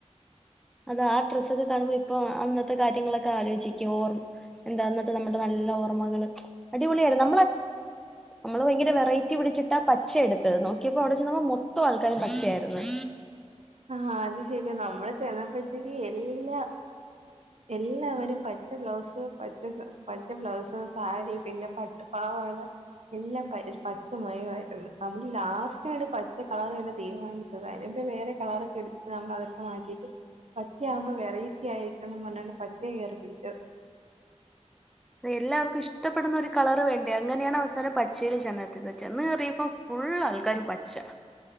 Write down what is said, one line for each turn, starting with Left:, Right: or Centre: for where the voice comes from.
Centre: അത് ആ ഡ്രസ്സൊക്കെ കാണുമ്പോ ഇപ്പൊ അന്നത്തെ കാര്യങ്ങളൊക്കെ ആലോചിക്കും ഓർക്കും. എന്താ അന്നത്തെ നമ്മുടെ നല്ല ഓർമ്മകൾ അടിപൊളി ആയിരുന്നു. നമ്മൾ ഭയങ്കര വെറൈറ്റി പിടിച്ചിട്ടാ പച്ച എടുത്തത് നോക്കിയപ്പോ അവിടെ ചെന്നപ്പോൾ മൊത്തം ആൾക്കാരും പച്ചയായിരുന്നു.
Right: ആ അത് ശരിയാ നമ്മൾ ചെന്നെപ്പോഴേക്ക് എല്ലാ എല്ലാവരും പച്ച ബ്ലൗസ് പച്ച പച്ച ബ്ലൗസ് സാരി പിന്നെ പട്ട് പാവട എല്ലാം ഒരു പച്ച മഴമായിരുന്നു. നമ്മൾ ലാസ്റ്റാണ് പച്ച കളർ തന്നെ തീരുമാനിച്ചത്. അതിപ്പോ വേറെ കളറൊക്കെ എടുത്തിട്ട് നമ്മൾ അതൊക്കെ മാറ്റിയിട്ട് പച്ചയാവുമ്പോ വെറെറ്റി ആയിരിക്കണം പറഞ്ഞാണ് പച്ച കയറി പിടിച്ചത്.
Centre: എല്ലാവർക്കും ഇഷ്ടപ്പെടുന്ന ഒരു കളർ വേണ്ടേ അങ്ങനെയാണ് അവസാനം പച്ചേൽ ചെന്നെത്തിയത്. ചെന്ന് കയറിയപ്പോ ഫുൾ ആൾക്കാരും പച്ച